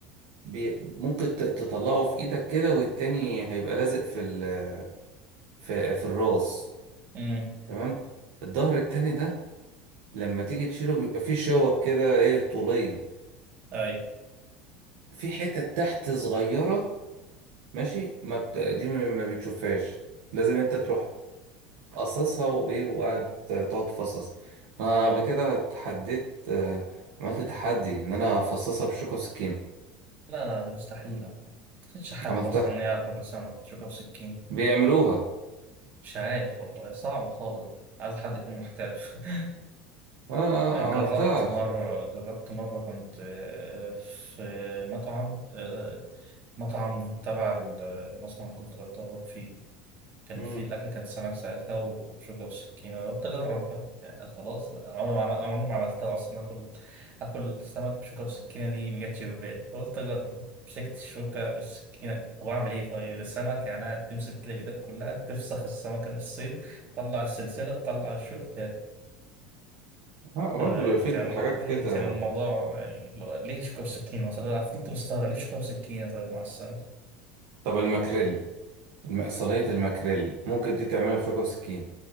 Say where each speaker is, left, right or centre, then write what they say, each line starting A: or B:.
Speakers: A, on the right (about 65°); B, on the right (about 45°).
A: بي ممكن ت- تطلعه في ايدك كده والتاني هيبقى لازق في ال في, في الراس
B: امم
A: تمام الظهر التاني ده لما تيجي تشيله بيبقى فيه شوك كده ايه طولية
B: اي
A: في حتة تحت صغيرة ماشي ما بت... دي ما ما بتشوفهاش لازم انت تروح قصصها وايه وقعد تقعد تفصص انا
B: اه
A: قبل كده اتحديت آه، عملت تحدي ان انا افصصها بشوكة وسكين
B: لا لا دي مستحيلة ما تخدش حد
A: عملتها
B: اصلا يعرف ياكل سمك شوكة وسكين
A: بيعملوها
B: مش عارف والله صعبة خالص دي عايز حد يكون محترف <laughs>
A: اه
B: جربت
A: آه، عملتها
B: مرة
A: عشان
B: جربت مرة كنت آه، في مطعم آه، مطعم تبع المصنع اللي كنت بتدرب فيه كان
A: مم.
B: في الأكل كان سمك ساعتها وشوكة وسكينة قلت أجرب بقى يعني خلاص أنا عمري ما عمل- عمري ما عملتها أصلا آكل آكل سمك بشوكة وسكينة دي ما جاتش في بالي فقلت أجرب مسكت الشوكة السكينة طب أعمل إيه طيب السمك يعني تمسك كده بإيدك كلها تفسخ السمكة نصين تطلع السلسلة تطلع الشوك
A: اه برضه
B: آه،
A: بيبقى
B: كان
A: في حاجات كده
B: كان الموضوع يعني لو- ليه شوكة وسكينة أصلا أنا فضلت مستغرب ليه شوكة وسكينة طيب مع السلامة
A: طب الماكريل الم... صينية الماكريل ممكن دي تعملها بشوكة وسكين